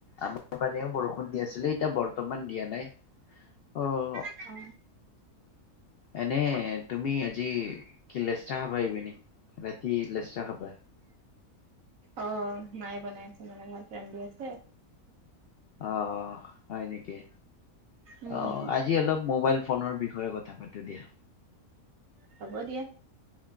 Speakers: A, on the left (about 80°); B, on the right (about 70°).
A: আমাৰ পানেও বৰষুণ দি আছিলে, এতিয়া বৰ্তমান দিয়া নাই। অহ।
B: অ।
A: এনে তুমি আজি কি লৈছ চাহ বাই ইভিনিং ৰাতি লেচেৰা খাবা।
B: অ মায়ে বনাই আছে মানে ঘৰত ৰান্ধি আছে।
A: অহ হয় নেকি
B: উম
A: অহ আজি অলপ মোবাইল ফোনৰ বিষয়ে কথা পাতো দিয়া।
B: হ'ব দিয়া।